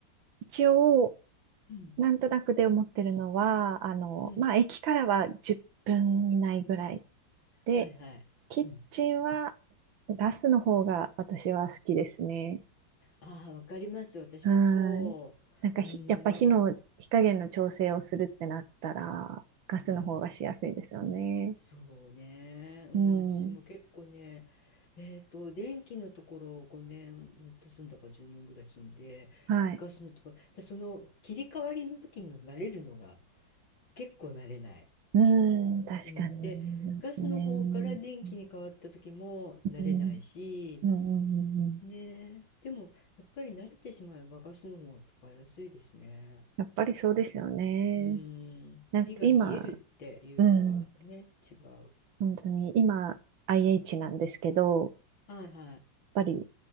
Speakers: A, on the right; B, on the left.
A: 一応、
B: うん。
A: なんとなくで思ってるのは、あの、
B: うん。
A: まあ、駅からは10分以内ぐらいで、
B: はいはい。
A: キッチンは
B: うん。
A: ガスの方が私は好きですね。
B: ああ、わかります。私もそう。
A: はい。なんかひ、
B: うん、
A: やっぱ火の、
B: なん、
A: 火加減の調整をするってなったら、ガスの方がしやすいですよね。
B: うん、そうね。うん、
A: うん。
B: 私も結構ね、えっと、電気のところを5年、もっと住んだか10年ぐらい住んで、
A: はい。
B: ガスのところ、でその切り替わりの時に慣れるのが結構慣れない。
A: うん、確かに。
B: うん、で、
A: そうですね。
B: ガスの方から電気に変わった時も慣れないし、
A: うん。うん。うんうんうん
B: ねえ、でもやっぱり慣れてしまえばガスの方が使いやすいですね。
A: やっぱりそうですよね。
B: うーん、
A: なんか今、
B: 火が見えるっていうのがね、
A: うん。
B: 違う。
A: 本当に今、IH なんですけど、
B: はいはい。
A: ぱり